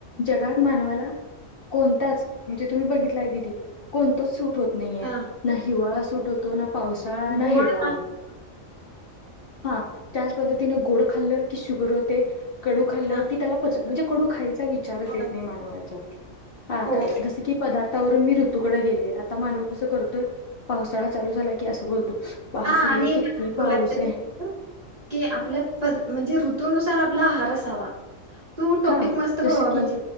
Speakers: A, on the left; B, on the right.
A: जगात मानवाला, कोणताच म्हणजे तुम्ही बघितलाय दिदी, कोणतंच सूट होत नाहीेए,
B: हा
A: ना हिवाळा सूट होत पावसा
B: गोड
A: हिवा
B: नाही
A: हा त्या पद्तीने ग खाल्लं कि शुगर होते, कडू खाल्ल
B: हा
A: की त्याला पच म्हणजे कडू खा विचारचं
B: होय,
A: येत नाही,
B: हो.
A: <unintelligible> जसं की पदार्थवरून मी ऋतू कडे गेले. आता मानव कसं करतोय? पावसाळा चालू झाल, की असं बोलतो. बापरे
B: हा आणि <unintelligible>
A: किती पाऊस आहे
B: की आपल्या <unintelligible> म्हणजे ऋतुनुसार आपला आहार असावा तो टॉपिक
A: हा
B: मस्त <unintelligible>
A: जसं
B: म्हणजे
A: की